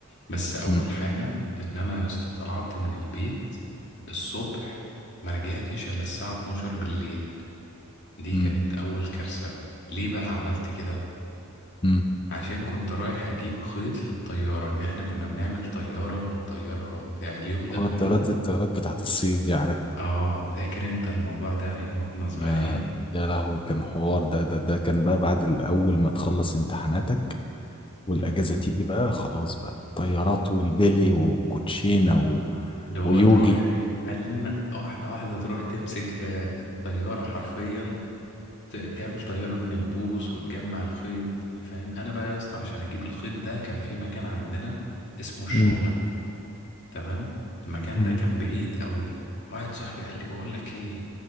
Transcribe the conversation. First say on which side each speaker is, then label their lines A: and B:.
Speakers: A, on the left (about 55°); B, on the left (about 25°).
A: بس اول
B: مم.
A: حاجه ان انا يا اسطى طلعت من البيت الصبح ما رجعتش الا الساعه 12 بالليل دي
B: مم.
A: كانت اول كارثه ليه بقى عملت كده
B: مم.
A: عشان كنت رايح اجيب خيط للطيارة ان احنا كنا بنعمل طيارة ونطيرها وبتاع اليوم ده
B: هو
A: كله
B: الطيارات الطيارات بتاعت الصيف دي عارف
A: اه فاكر انت الموضوع ده ايام ما كنا صغيرين
B: آه، يا لهوي كان حوار ده ده ده كان بقى بعد الأول ما تخلص امتحاناتك والأجازة
A: مم.
B: تيجي بقى خلاص بقى الطيارات والبلي وكوتشينة و...
A: اللي هو
B: ويوجي
A: تروح خلينا واحدة واحدة تروح تمسك آه، الطيارة حرفيا ت- تعمل طيارة من البوص وتجمع الخيط فاهم انا بقى يا اسطى عشان اجيب الخيط ده كان في مكان عندنا اسمه الشونة
B: امم
A: تمام المكان
B: امم
A: ده كان بعيد قوي واحد صاحبي قال لي بقول لك ايه